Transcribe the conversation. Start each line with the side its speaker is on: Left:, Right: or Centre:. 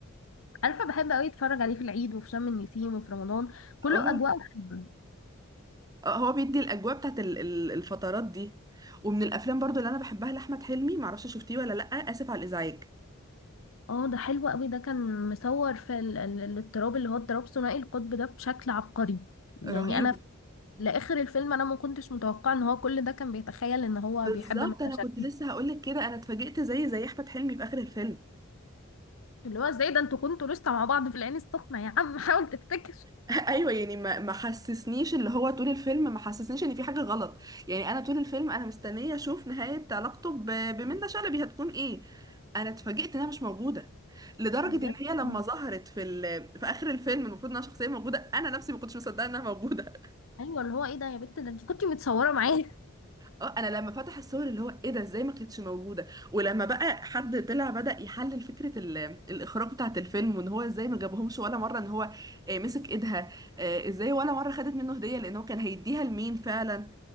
Left: عارفة بحب قوي اتفرج عليه في العيد وفي شم النسيم وفي رمضان كله
Right: اه
Left: اجواء بحبها
Right: آه، هو بيدي الاجواء بتاعت ال- ال- الفترات دي ومن الافلام برضو اللي انا بحبها لاحمد حلمي معرفش شفتيه ولا لا اسف على الازعاج
Left: اه ده حلو قوي ده كان مصور في ال... ال... الاضطراب اللي هو اضطراب ثنائي القطب ده بشكل عبقري يعني
Right: رهيب
Left: انا في- لاخر الفيلم انا ما كنتش متوقعه ان هو كل ده كان بيتخيل ان هو
Right: بالظبط
Left: بيحب منة
Right: انا
Left: شلبي
Right: كنت لسه هقولك كده انا اتفاجئت زي زي احمد حلمي في اخر الفيلم
Left: اللي هو ازاي ده انتوا كنتوا لسه مع بعض في العين السخنه يا عم <laughs> حاول تفتكر
Right: <laughs> ايوه يعني ما ما حسسنيش اللي هو طول الفيلم ما حسسنيش ان في حاجه غلط يعني انا طول الفيلم انا مستنيه اشوف نهايه علاقته ب- بمنة شلبي هتكون ايه انا اتفاجئت انها مش موجوده لدرجه
Left: بجد
Right: ان هي لما
Left: اه.
Right: ظهرت في ال... في اخر الفيلم المفروض انها شخصيه موجوده انا نفسي ما كنتش مصدقه انها موجوده
Left: ايوه اللي هو ايه ده يا بت ده انت كنتي متصوره معايا
Right: اه انا لما فتح الصور اللي هو ايه ده ازاي ما كانتش موجوده ولما بقى حد طلع بدأ يحلل فكره ال- الاخراج بتاعت الفيلم وان هو ازاي ما جابهمش ولا مره ان هو آه، مسك ايدها آه، ازاي ولا مره خدت منه هديه لان هو كان هيديها لمين فعلا